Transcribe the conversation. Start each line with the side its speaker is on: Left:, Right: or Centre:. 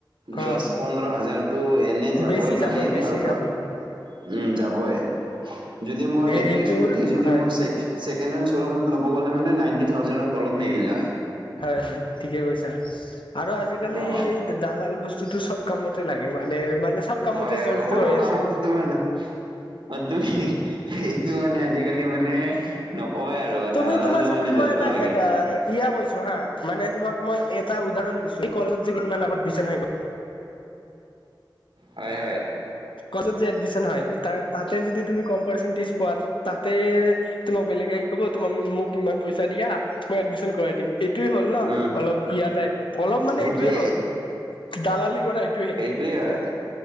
Left: অ
Right: দহ পোন্ধৰ হাজাৰতো এনে যাবই
Left: বেছি
Right: পানীত
Left: যাব বেছি
Right: আৰু
Left: যাব
Right: কা উমঁ যাবই যদি মই
Left: এই
Right: সেইটো
Left: এইটো
Right: স্কুটি যদি
Left: হয়
Right: মই চেক ছেকেনসেণ্ড চৌৰুমত ল'ব গ'লে নাইনটি থাউজেনৰ তলত নিদিলাহে
Left: হয়ঁ হয়ঁ ঠিকে কৈছা আৰু আজিকালি
Right: অ
Left: এই দালাল বস্তুতটো চব কামত লাগে মানে মানে চব কামতে
Right: হয় হয়
Left: জড়িত
Right: সৰু
Left: হৈ
Right: কামতো
Left: আছে।
Right: তোমাৰ অ তুমি সেইটো মানে আজিকালি মানে- নকবাই আৰু
Left: তুমি
Right: দালডালটো
Left: তোমাৰ চাপজ
Right: মানে
Left: মই
Right: য'তো লাগে।
Left: এটা ইয়া কৈছো হা মানে তোমাক মই এটা উদাহৰণ দিছো এই কলত যে কিমান আগত বিচনা হৈ গ'ল।
Right: হয়ঁ হয়ঁ।
Left: কলেজত যদি এডমিচন হয় তাতে যদি কম পাৰ্চেন্টেজ পোৱা তাতে তোমাক বেলেগে আহি কব তোমাক মোক ইমান পইচা দিয়া মই এডমিশন কৰাই দিম। এইটোয়ে হ'ল ন
Right: উম
Left: অলপ ইয়া টাইপ অলপ মানে
Right: সেইটোৱে
Left: এইটোয়ে হ'ল দালালি কথা এইটোৱে।
Right: এইটোৱে হয়